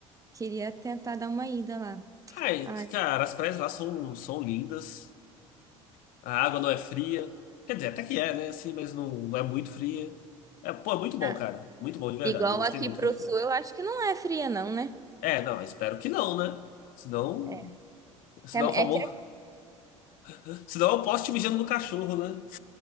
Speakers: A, on the right (about 20°); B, on the left (about 55°).
A: Queria tentar dar uma ida lá.
B: Ai,
A: Ah,
B: cara, as praias lá são, são lindas. A água não é fria. Quer dizer, até que é, né? Assim, mas não, não é muito fria. É, pô, é muito bom,
A: tá.
B: cara. Muito bom, de verdade.
A: Igual
B: Eu gostei
A: aqui
B: muito
A: pro
B: quando foi.
A: sul, eu acho que não é fria, não, né?
B: É, não, espero que não, né? Senão.
A: É,
B: Senão,
A: Real-
B: é o
A: é
B: famoso.
A: que
B: <laughs> Senão eu posso te mijando no cachorro, né?